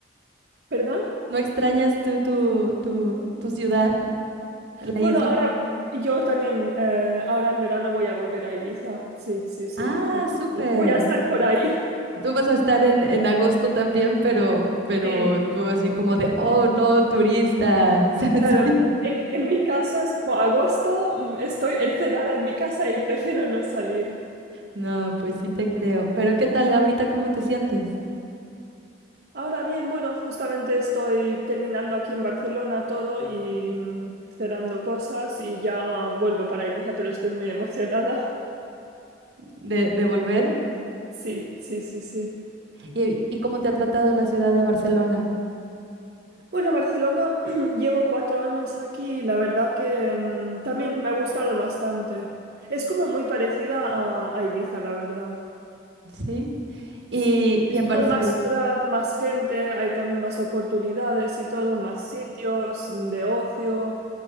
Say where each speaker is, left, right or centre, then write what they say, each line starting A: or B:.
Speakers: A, on the right; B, on the right.
A: ¿Perdón?
B: ¿No extrañas tú tu, tu, tu ciudad, la
A: Bueno,
B: isla?
A: ahora yo también, eh, ahora en verano voy a volver a Ibiza. Sí, sí, sí.
B: Ah,
A: Entonces
B: súper.
A: voy a estar por ahí.
B: Tú vas a estar en, en agosto también, pero, pero
A: Sí,
B: tú así como de, oh, no, turistas. <laughs> Así.
A: claro. En, en mi caso es como agosto, mm, estoy encerrada en mi casa y prefiero no salir.
B: No, pues sí te creo. Pero ¿qué tal ahorita cómo te sientes
A: Ahora bien, bueno, justamente estoy terminando aquí en Barcelona todo y mm, cerrando cosas y ya vuelvo para Ibiza, pero estoy muy emocionada. <laughs>
B: de, de volver?
A: Sí, sí, sí, sí.
B: ¿Y, y cómo te ha tratado la ciudad de Barcelona?
A: Bueno, Barcelona, <clears throat> llevo cuatro años aquí y la verdad que mm, también me ha gustado bastante. Es como muy parecida a, a Ibiza, la verdad.
B: Sí. Y,
A: Sí,
B: y
A: es
B: en
A: como
B: Barcelona.
A: más ciudad, más gente, hay también más oportunidades y todo, más sitios de ocio,